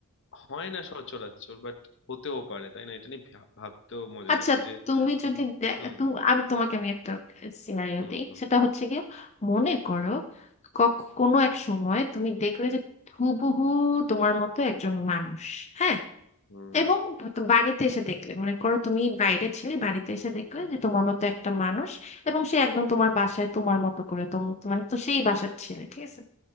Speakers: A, on the left (about 55°); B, on the left (about 30°).
A: হয় না সচরাচর বাট হতেও পারে তাই না এটা নিয়ে ভা- ভাবতেও মজা
B: আচ্ছা
A: আসে যে
B: তুমি
A: হুম
B: যদি দে-
A: হুম
B: তু- আমি তোমাকে আমি একটা সিনারিও
A: হুম
B: দিই
A: হুম
B: সেটা হচ্ছে গিয়ে মনে করো কখ- কোনো এক সময় তুমি দেখলে যে হুবহু তোমার মতো একজন মানুষ হ্যাঁ
A: হুম
B: এবং তো বাড়িতে এসে দেখলে মনে করো তুমি বাইরে ছিলে বাড়িতে এসে দেখলে
A: হুম
B: যে তোমার মতো একটা মানুষ এবং সে একদম তোমার বাসায় তোমার মতো করে তোম- মানে তো সেই বাসার ছেলে ঠিক আছে